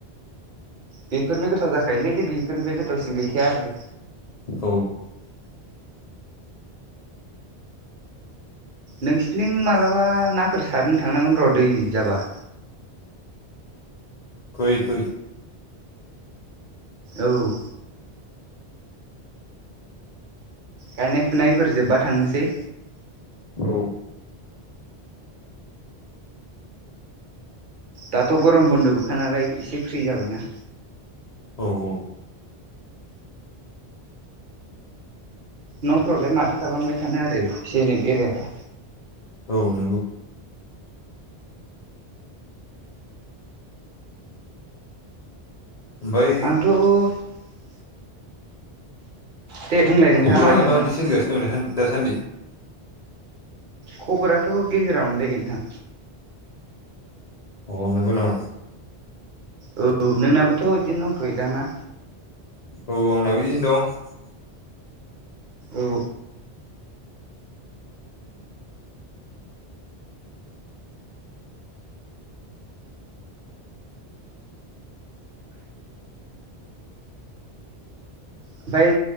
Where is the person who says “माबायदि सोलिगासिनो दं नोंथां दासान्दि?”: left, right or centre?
Left